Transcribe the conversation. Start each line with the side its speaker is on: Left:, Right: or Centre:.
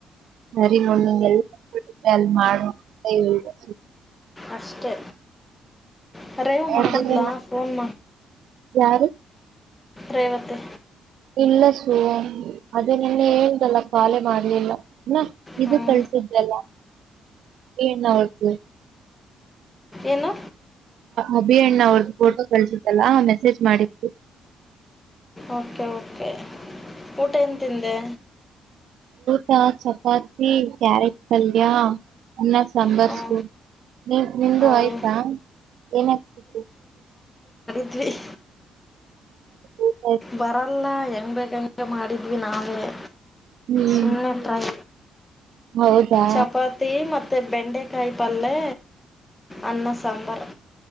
Right: ಸರಿ ಮಮ್ಮಿ ಎಲ್ಲಿ ಫ್ರೀ ಸೀಗುತೇ ಅಲ್ಲಿ ಮಾಡು ಅಂತ ಹೇಳ್ದೆ
Left: ಅಷ್ಟೇ ಕೆರೈವಾ
Right: ಯಾಕಂದ್ರೆ
Left: ಮಾಡಿದ್ಲಾ
Right: ನಾ
Left: ಫೋನ್
Right: ಯಾರು
Left: ರೇವತಿ
Right: ಇಲ್ಲ ಸು ಅದೇ ನಿನ್ನೆ ಹೇಳಿದ್ದಲ್ಲ ಕಾಲೇ ಮಾಡ್ಲಿಲ್ಲ ಹ ಇದು
Left: ಹ್ಞೂ
Right: ಕಳ್ಸಿದ್ರಲ್ಲ ಏನ್ ಅವರದು
Left: ಏನು
Right: ಅಭಿ ಅಣ್ಣಾವ್ರದು ಫೋಟೋ ಕಳ್ಸತ್ತಲ್ಲಾ ಮೆಸೇಜ್ ಮಾಡಿತ್ತು
Left: ಓಕೆ ಓಕೆ ಊಟ ಏನ್ ತಿಂದೆ
Right: ಹಾ ಚಪಾತಿ ಕ್ಯಾರೆಟ್ ಪಲ್ಯ ಅನ್ನ ಸಾಂಬಾರ್ಸ
Left: ಹ್ಞೂ
Right: ನಿಮ್ಮದು
Left: ಹೌದು
Right: ಆಯ್ತಾ ಏನಾಗಬೇಕಿತ್ತು
Left: ಹ್ಹ ಹ್
Right: ಊಟ ಆಯ್ತು.
Left: ಬರಲ್ಲ ಹೆಂಗ್ ಬೇಕಂಗ್ ಮಾಡಿ ಹೇ ನಾವುವೇ
Right: ಹ್ಮ್
Left: ಸುಮ್ನೆ ಟ್ರೈ
Right: ಹೌದಾ
Left: ಚಪಾತಿ ಮತ್ತ ಮತ್ ಬೆಂಡೆಕಾಯಿ ಪಲ್ಯ ಅನ್ನ ಸಾಂಬಾರ್